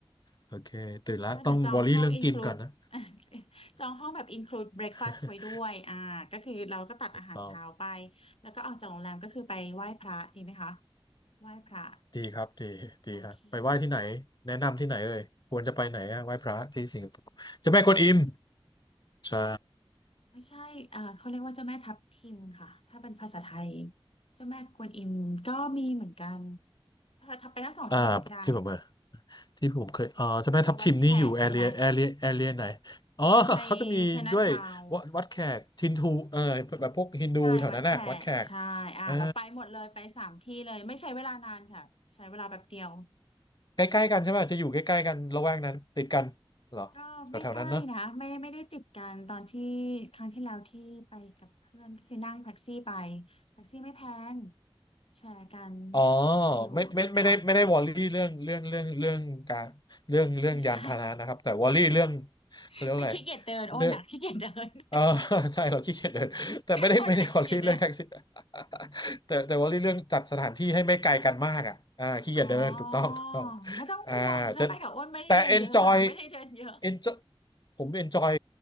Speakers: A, on the left; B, on the left.
A: โอเคตื่นแล้วต้องวอรี่เรื่องกินก่อนนะ
B: ก็เดี๋ยวจองห้อง include <laughs> จองห้องแบบ include breakfast
A: <laughs>
B: ไว้ด้วยอ่าก็คือเราก็ตัดอาหารเช้าไป
A: ถูกต้อง
B: แล้วก็ออกจากโรงแรมก็คือไปไหว้พระดีไหมคะไหว้พระ
A: ดีครับดีดีครับไปไหว้ที่ไหน
B: โอเค
A: แนะนำที่ไหนเอ่ยควรจะไปไหนอะไหว้พระที่สิงคโปร์เจะแม่กวนอิมใช่
B: ไม่ใช่อ่าเขาเรียกว่าเจ้าแม่ทับทิมค่ะ ถ้าเป็นภาษาไทยเจ้าแม่กวนอิมก็มีเหมือนกัน ถ้าถ้าไปทั้งสองที่เลยก็ได้
A: อ่าที่ผมเออ ที่ผมเคยเอ่อเจ้าแม่ทับทิมนี่อยู่แอเรียแอเรียแอเรียไหน
B: ไปวัดแขกด้วยไหม
A: อ๋อ <laughs>
B: ใช่
A: เขาจะมีด้วยวัดวัดแขกทินทูเออแบบพวกฮินดูแถวนั้นแหละ
B: ใช่นะชาวใช่วัดแขกใช่อ่าเราไปหมดเลยไปสามที่เลยไม่ใช้เวลานานค่ะใช้เวลาแบบเดียว
A: วัดแขกเออใกล้ๆกันใช่ไหม จะอยู่ใกล้ๆกันละแวกนั้นติดกันเหรอแถวๆนั้นเนอะ
B: ก็ไม่ใกล้นะไม่ไม่ได้ติดกันตอนที่ครั้งที่แล้วที่ไปกับเพื่อนก็คือนั่งแท็กซี่ไปแท็กซี่ไม่แพงแชร์กัน
A: อ๋อ
B: ชิวๆค่ะ
A: ไม่ไม่ไม่ได้ไม่ได้วอรี่เรื่องเรื่องเรื่องเรื่องการเรื่องเรื่องยานพาหนะนะครับแต่วอรี่เรื่อง
B: <laughs> ไม่ใช่ <laughs>
A: เขาเรียกว่าอะไร
B: ไม่ขี้เกียจเดินอ้นอ่ะขี้เกียจเดิน
A: เรื่องเออ
B: <laughs>
A: <laughs> ใช่เราขี้เกียจเดินแต่ไม่ได้ไม่ได้วอรี่เรื่องแท็กซี่
B: อ้นอ่ะขี้เกียจเดิน
A: <laughs> แต่แต่วอรี่เรื่องจัดสถานที่ให้ไม่ไกลกันมากอ่ะอ่าขี้เกียจเดินถูกต้องถูกต้อง
B: อ๋อไม่ต้องห่วงถ้าไปกับอ้นไม่ได้เดินเยอะค่ะ
A: อ่าจะแต่ enjoy
B: <laughs> ไม่ได้เดินเยอะ
A: enjoy ผม enjoy